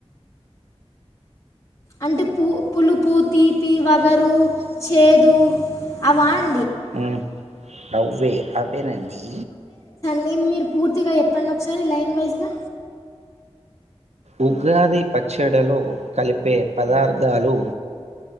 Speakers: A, on the left; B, on the right.
A: అంటే పు పులుపు తీపి వగరు చేదు అవన్
B: ఆ అవ్వే అవేనండి
A: మీ మీరు పూర్తిగా చెప్పండి ఒకసారి లైన్ వైజుగా
B: ఉగాది పచ్చడలో కలిపే పదార్థాలు